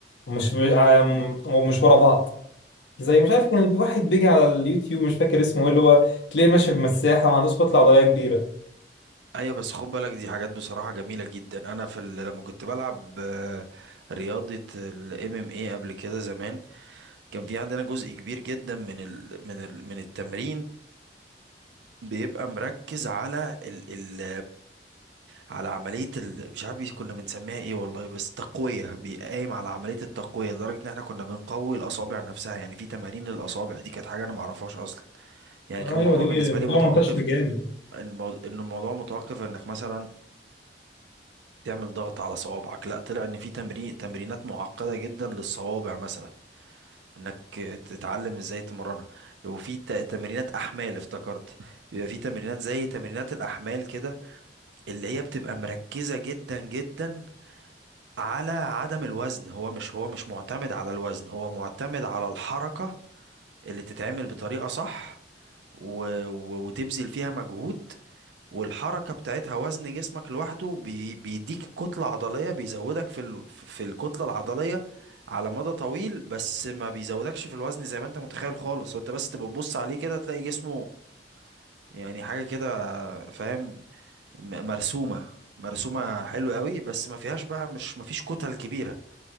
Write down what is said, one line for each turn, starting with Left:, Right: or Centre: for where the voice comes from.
Left: ومش م- عم-
Right: مم.
Left: ومش ورا بعض زي مش عارف كان واحد بيجي على اليوتيوب مش فاكر اسمه ايه اللي هو تلاقيه ماشي بمساحه ما عندوش كتله عضليه كبيره
Right: ايوه بس خد بالك دي حاجات بصراحه جميله جدا انا في ال- لما كنت بلعب آه، رياضه الام ام اي قبل كده زمان كان في عندنا جزء كبير جدا من ال من ال من التمرين بيبقى مركز على ال ال على عملية ال... مش عارف بي- كنا بنسميها ايه والله بس تقوية بيقايم على عملية التقوية لدرجة ان احنا كنا بنقوي الأصابع نفسها يعني في تمارين للأصابع دي كانت حاجة انا معرفهاش أصلا يعني
Left: ايوه
Right: كان الموضوع
Left: دي
Right: بالنسبة
Left: موضوع
Right: لي متوقف
Left: منتشر جامد
Right: ان مو- إن الموضوع متوقف انك مثلا تعمل ضغط على صوابعك لا طلع ان في تمرين تمرينات معقدة جدا للصوابع مثلا انك تتعلم ازاي تمرنها وفي ت- تمرينات احمال افتكرت بيبقى في تمرينات زي تمرينات الاحمال كده اللي هي بتبقى مركزة جدا جدا على عدم الوزن هو مش هو مش معتمد على الوزن هو معتمد على الحركة اللي تتعمل بطريقة صح و... و... وتبذل فيها مجهود والحركة بتاعتها وزن جسمك لوحده بي... بيديك كتلة عضلية بيزودك في ال... في الكتلة العضلية على مدى طويل بس ما بيزودكش في الوزن زي ما انت متخيل خالص وانت بس تبقى تبص عليه كده تلاقي جسمه يعني حاجة كده فاهم م- مرسومة مرسومة حلو قوي بس ما فيهاش بقى مش ما فيش كتل كبيرة